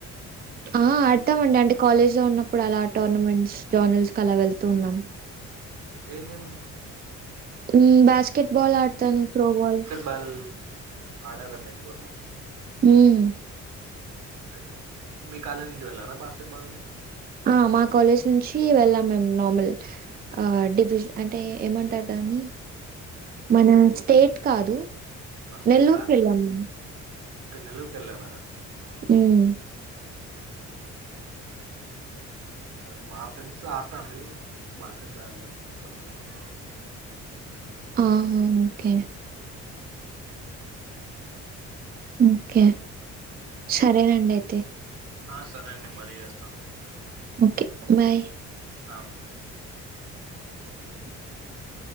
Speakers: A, on the right; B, on the right.
A: ఆ ఆడతామండి అంటే కాలేజ్ లో ఉన్నప్పుడు అలా టోర్నమెంట్స్ జోర్నల్స్ కలా వెళ్తూ ఉన్నాం
B: ఏం గేమ్
A: ఉమ్ బాస్కెట్ బాల్ ఆడతాను త్రో బాల్
B: బల్ ఆడరా మీరు కూడా
A: ఉమ్
B: కే మీ కాలేజ్ నుంచి వెళ్ళరా బాస్కెట్ బాల్ నుంచి
A: ఆ మా కాలేజ్ నుంచి వెళ్ళాం మేమ్ నార్మల్ ఆ డివిజ అంటే ఏమంటారు దాన్ని మన స్టేట్ కాదు
B: ఫస్టేట్
A: నెల్లూరుకెళ్ళాం
B: ఆడలే
A: మేము.
B: కనీ నెల్లూరుకేలారా
A: ఉమ్
B: అదే మా ఫ్రెండ్స్ ఆడతారు బాస్కెట్ బాల్లో కొంతమంది
A: ఆహ ఓకే ఓకే సరేనండి అయితే
B: ఆ సరే అండి మల్లి చేస్తాను
A: ఓకే బాయ్
B: ఆ బా
A: <unintelligible>